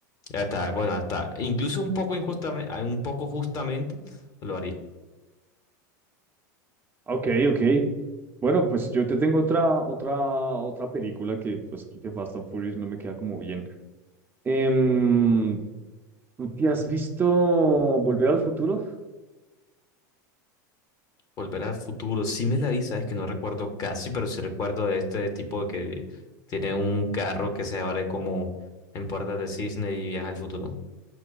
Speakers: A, on the left; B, on the right.
A: Ya está, bueno, hasta, incluso un poco injustamente, un poco justamente lo haría.
B: Ok, ok. Bueno, pues yo te tengo otra, otra, otra película que, pues, creo que Fast and Furious no me queda como bien. Em, ¿tú te has visto Volver al Futuro?
A: Volver al futuro, sí me la vi, sabes que no recuerdo casi, pero sí recuerdo de este tipo que tiene un carro que se abre como en puertas de cisne y viaja al futuro.